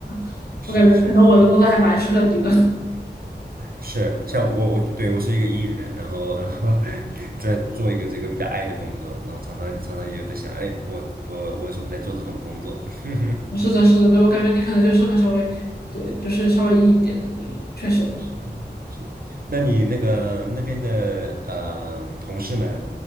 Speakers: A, on the left (about 60°); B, on the right (about 55°).
A: <laughs>
B: 是是是
A: 我感觉可能我的工作还蛮适合你的。
B: 是，像我我对我是一个 E 人，然后然后 <laughs> 在做一个这个比较 I 的工作，然后常常常常也有在想，哎，我我我为什么在做这种工作？<laughs>
A: 是的，是的，对，我感觉你可能就适合稍微，对，就是稍微硬一点的那种，确实，
B: 是是，那你那个那边的呃同事们，